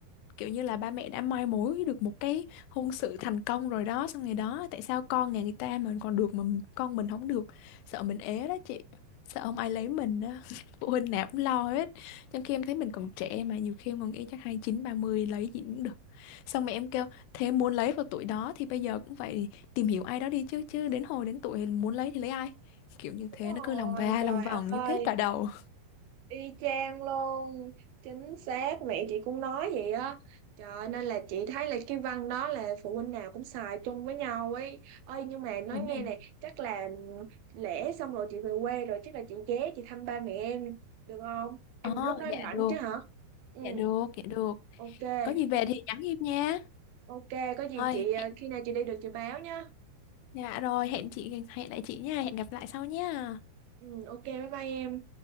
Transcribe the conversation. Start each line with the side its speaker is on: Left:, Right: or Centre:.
Left: kiểu như là ba mẹ đã mai mối được một cái hôn sự thành công rồi đó, xong ngày đó tại sao con nhà người ta mình còn được mà m- con mình không được, sợ mình ế đó chị, sợ không ai lấy
Right: Ừ,
Left: mình đó, <laughs> phụ huynh nào cũng lo hết, trong khi em thấy mình còn trẻ mà nhiều khi em còn nghĩ chắc hai chín ba 30 lấy gì cũng được, xong mẹ em kêu thế muốn lấy vào tuổi đó thì bây giờ cũng phải tìm hiểu ai đó đi chứ, chứ đến hồi đến tuổi muốn lấy thì lấy ai, kiểu như
Right: đúng
Left: thế
Right: rồi
Left: nó cứ lòng va
Right: trời
Left: lòng vòng
Right: ơi
Left: như kết cả đầu,
Right: Y chang luôn, chính xác, mẹ chị cũng nói vậy á. Trời ơi, nên là chị thấy là cái văn đó là phụ huynh nào cũng xài chung với nhau ấy. Ơi nhưng mà nói
Left: vấn
Right: nghe
Left: đề,
Right: này, chắc là lễ xong rồi chị về quê rồi, chắc là chị ghé chị thăm ba mẹ em, được không? Em
Left: ờ
Right: lúc đó em
Left: dạ
Right: rảnh
Left: được,
Right: chứ hả? Ừ,
Left: dạ được, dạ được.
Right: ok,
Left: Có gì về thì nhắn Hiệp nha.
Right: ok, có gì
Left: Rồi,
Right: chị ờ,
Left: hẹn
Right: khi nào chị đi được chị báo nhá.
Left: dạ rồi, hẹn chị hẹn lại chị nha, hẹn gặp lại sau nha.
Right: Ừ, ok, bye bye em.